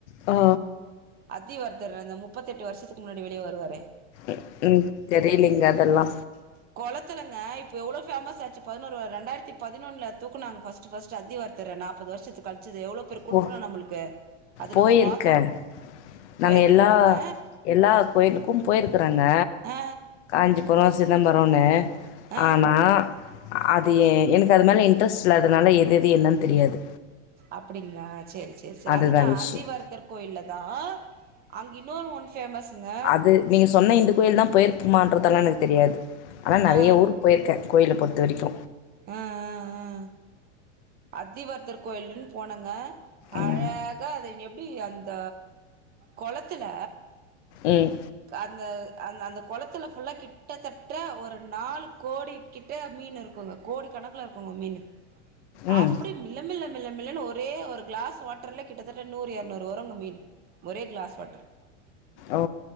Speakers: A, on the left (about 65°); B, on the right (about 25°).
A: ஆ
B: அத்திவர்தர் அந்த முப்பத்தெட்டு வர்ஷத்துக்கு முன்னாடி வெளிய வருவாரே
A: ம் ம் தெரிலைங்க அதல்லா
B: கொளத்துலங்க இப்ப எவ்ளோ ஃபேமஸ் ஆச்சு பதினொரு வ ரெண்டாயிரத்தி பதினொன்ல தூக்குனாங்க ஃபஸ் ட்டு ஃபஸ்ட் அத்திவர்தர நாப்பது வர்ஷத்து கழ்ச்சது எவ்ளோ எப்பேற் குடுப்பன
A: போ
B: நம்ளுக்கு அது
A: போயிருக்கேன்
B: நம்ப பாத்தோ
A: நாங்கள்
B: போய்ருக்கீங்களாங்க
A: எல்லா எல்லா கோயிலுக்கு போயிருக்கறங்க
B: ஆ
A: காஞ்சிபுரோ சிதம்பரோனு
B: ஆ
A: ஆனா அது எ எனக்கு அது மேல இன்ட்ரஸ்ட் இல்லாதனால எது எது என்னன் தெரியாது
B: அப்டிங்களா சேரி சேர் சேர்
A: அதுதான்
B: அதுதா
A: விஷயம்.
B: அத்திவர்தர் கோயில்லதா அங் இன்னொரு ஒன் ஃபேமஸுங்க
A: அது நீங்க சொன்ன இந்த கோயில்தா போயிருப்பமான்றதல்லா எனக்கு தெரியாது ஆனா நறைய
B: ஆ
A: ஊருக்கு போயிருக்க கோயில்ல பொறுத்த வரிக்கு
B: ஆ ஆ ஆ அத்திவர்த்தர் கோயிலுன் போனங்க அழகா
A: ம்.
B: அது எப்டி அந்த கொளத்துல
A: ம்
B: அந்த அந்த அந்த கொளத்துல ஃபுல்லா கிட்டத்தட்ட ஒரு நாலு கோடி கிட்ட மீனு இருக்குங்க கோடி கணக்குல இருக்குங்க மீனு
A: ம்.
B: அப்டி மில்லமில்ல மில்லமில்லனு ஒரே ஒரு கிளாஸ் வாட்ருல கிட்டத்தட்ட நூறு எர்நூறு வருங்க மீனு ஒரே க்ளாஸ் வாட்ரு
A: ஓ